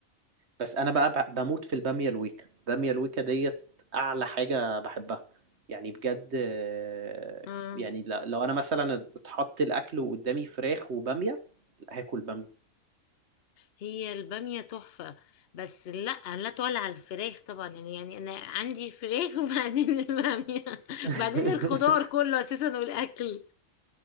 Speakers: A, on the right; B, on the left.
A: بس انا بقى ب- بموت في الباميه الويكا الباميه الويكا ديت اعلى حاجه بحبها يعني بجد آه،
B: اه
A: يعني ل- لو انا مثلا اتحط الاكل وقدامي فراخ وباميه لا هاكل باميه
B: هي البامية تحفة بس لا لا تعلى على الفراخ طبعا يعني يعني انا عندي فراخ <laughs> وبعدين البامية <laughs>
A: <laughs>
B: بعدين الخضار كله اساسا والاكل